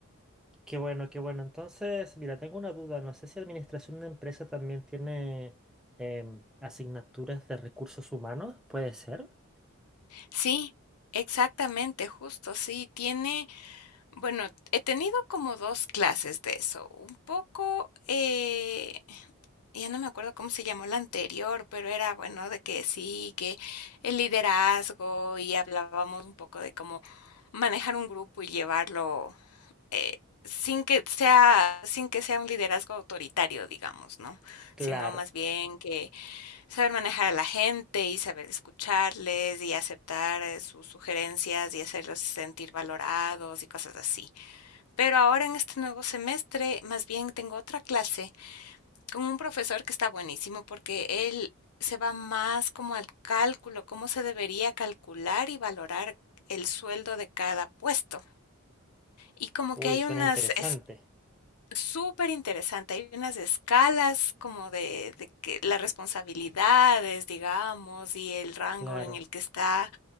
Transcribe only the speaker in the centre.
qué bueno, qué bueno. Entonces, mira, tengo una duda. No sé si administración de empresa también tiene em, asignaturas de recursos humanos, ¿puede ser?
Claro.
Uy,
suena
interesante.
Claro,